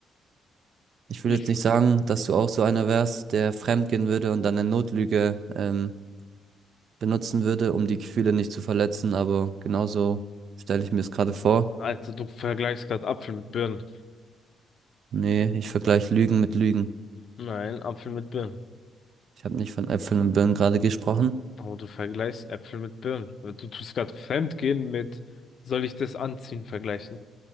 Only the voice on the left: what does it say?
Ich,
Alter, du vergleichst gerade Apfel mit Birnen.
Nein, Apfel mit Birnen.
Aber du vergleichst Äpfel mit Birnen. Du tust gerade Fremdgehen mit, soll ich das anziehen, vergleichen.